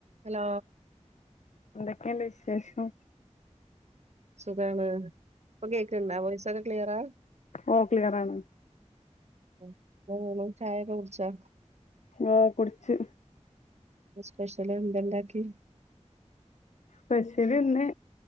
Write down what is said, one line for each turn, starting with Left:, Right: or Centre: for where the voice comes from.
Right: Hello
Left: എന്തൊക്കെണ്ട് വിശേഷം
Right: സുഖാണ് ഇപ്പൊ കേക്ക്ണ്ടോ വോയിസൊക്കെ ക്ലിയറാ
Left: ഓ ക്ലിയറാണ്
Right: ന്താ യ്യ്ണ് ചായൊക്കെ കുടിച്ചോ
Left: ഉം കുട്ച്ച്
Right: സ്പെഷ്യല് എന്തണ്ടാക്കി
Left: സ്പെഷ്യല് ഇന്ന്